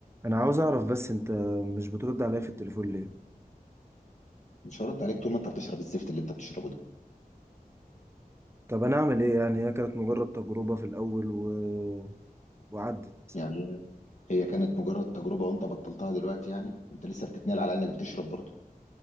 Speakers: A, on the right; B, on the left.
A: انا عاوز اعرف بس انت مش بترد عليا في التليفون ليه
B: مش هرد عليك طول ما انت بتشرب الزفت اللي انت بتشربه ده
A: طب انا اعمل ايه يعني هي كانت مجرد تجربة في الاول و... وعدت
B: يعني هي كانت مجرد تجربة وانت بطلتها دلوقتي يعني انت لسه بتتنال على انك بتشرب برضه